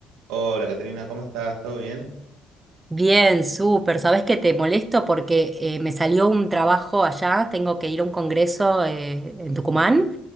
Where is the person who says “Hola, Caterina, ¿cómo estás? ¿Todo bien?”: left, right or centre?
Right